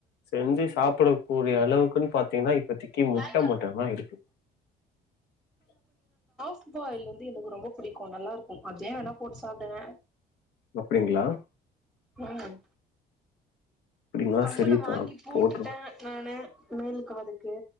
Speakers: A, on the left; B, in the centre.
A: செஞ்சு சாப்புடு கூடிய அளவுக்குனு பாத்தீங்னா இப்பத்திக்கி முட்ட
B: ம்
A: மட்டுந்தா இருக்கு
B: ஃப் பாயில் வந்து எனக்கு ரொம்ப புடிக்கூ நல்லாருக்கூ அதே வேணா போட்டு சாப்டுங்க
A: அப்டிங்ளா
B: ம்
A: அப்படின்னா
B: கம்பல
A: சரி
B: வாங்கி
A: தான்
B: போட்டுட்டே
A: போட்டுரும்
B: நானு மேல் காதுக்கு